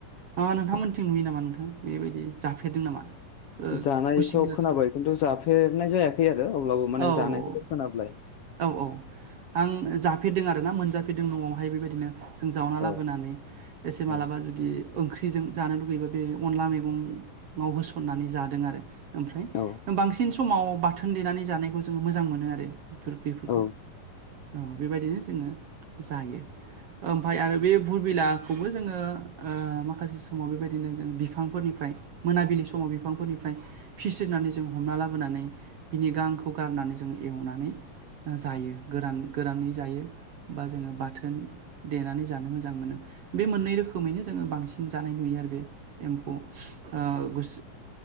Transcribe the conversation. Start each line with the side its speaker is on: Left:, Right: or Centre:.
Right: मा नोंथांमोनथिं नुयो नामा नोंथां बेबायदि जाफेरदों नामा? ओ
Left: जानायथ'
Right: गुसिंग्राजों
Left: खोनाबाय खिन्थु जाफेरनाय जायाखै आरो अब्लाबो माने
Right: औ
Left: जानायखौथ'
Right: औ
Left: खोनाबाय।
Right: औ औ आं जाफेरदों आर ना मोनजाफेरदों न'आवहाय बेबायदिनो जों जावना लाबोनानै
Left: औ
Right: एसे
Left: औ
Right: मालाबा जुदि ओंख्रिजों जानो लुगैबा बे अनला मैगं होसननानै जादों आरो ओमफ्राय
Left: औ
Right: बांसिन समाव बाथोन देनानै जानायखौ जों मोजां मोनो आरो बेफोरखौ
Left: औ
Right: औ। बेबायदिनो जोङो जायो। ओमाय आरो बे बुरबिलाखौबो जोङो माखासे समाव बेबायदिनो जों बिफांफोरनिफ्राय मोनाबिलि समाव बिफांफोरनिफ्राय फिसिनानै जों हमना लाबोनानै बिनि गांखौ खौ गारनानै जों एवनानै जायो गोरान गोरानै जायो। बा जोङो बाथोन देनानै जानो मोजां मोनो बे मोननै रोखोमैनो जोङो बांसिन जानाय नुयो आरो बे एम्फौ गस